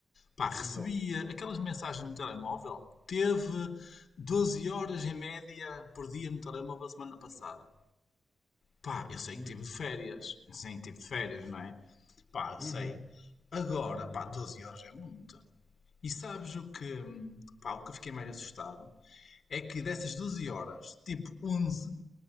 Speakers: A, on the left; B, in the centre.
A: Pá, recebi
B: Então,
A: eh, aquelas mensagens no telemóvel. Teve 12 horas em média por dia no telemóvel semana passada. Pá, eu sei
B: ui,
A: que tive de férias.
B: ok.
A: Sim, tive de férias, não é? Pá, eu
B: Uhum.
A: sei. Agora, pá, 12 horas é muito. E sabes o que, hum, pá, o que eu fiquei mais assustado? É que dessas 12 horas, tipo 11